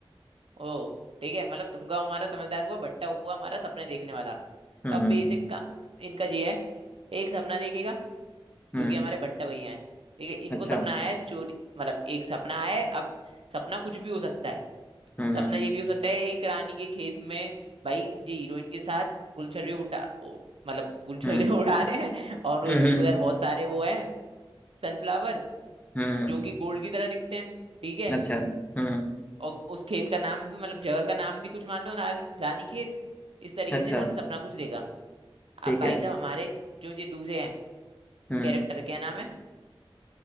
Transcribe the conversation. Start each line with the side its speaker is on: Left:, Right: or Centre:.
Right: ओ ठीक है मतलब तुमका हमारा समझदार हुआ भट्टा हुआ हमारा सपने देखने वाला
Left: हम्म
Right: तो अब
Left: हम्म
Right: बेसिक का इनका ये है एक सपना देखेगा
Left: हम्म,
Right: जो कि हमारे भट्टा भैया हैं ठीक है इनको
Left: अच्छा
Right: सपना आया है चोरी मतलब एक सपना आया है अब सपना कुछ भी हो सकता है
Left: हम्म
Right: सपना ये भी हो सकता है एक रानी के खेत में भाई ये हीरोइन के साथ गुलछर्रे उठा ओ- मतलब गुलछर्रे
Left: हम्म
Right: <laughs> उड़ा रहे हैं और उस
Left: हम्म हम्म
Right: उधर बहुत सारे वो हैं सनफ्लावर
Left: हम्म,
Right: जो कि गोल्ड की तरह दिखते हैं ठीक है
Left: अच्छा हम्म
Right: और उस खेत का नाम भी मतलब जगह का नाम भी कुछ मान लो रानी रानी खेत इस तरीके
Left: अच्छा
Right: से इन्होंने सपना कुछ देखा
Left: ठीक
Right: अब भाई
Left: है
Right: साहब हमारे जो ये दूसरे हैं
Left: हम्म
Right: कैरेक्टर क्या नाम है